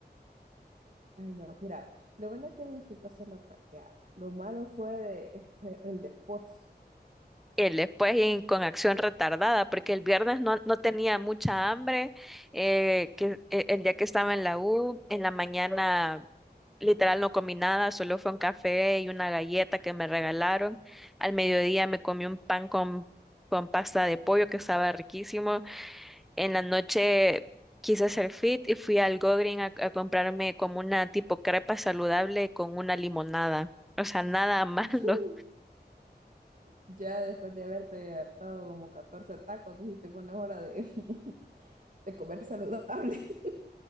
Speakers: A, on the right; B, in the centre.
A: Ay, no, mira, lo bueno es que disfrutaste la parqueada. Lo malo fue de, eh, el después.
B: El después y con acción retardada, porque el viernes no, no tenía mucha hambre. eh, que, eh, el día que estaba en la U, en la mañana. Literal no comí nada, solo fue un café y una galleta que me regalaron. Al mediodía me comí un pan con, con pasta de pollo que estaba riquísimo. En la noche quise hacer fit y fui al Gogreen a, a comprarme como una tipo crepa saludable con una limonada. O sea, nada <laughs> malo.
A: <laughs> Ya después de haberte hartado como 14 tacos, dijiste, bueno, es hora de, <laughs> de comer saludable. <laughs>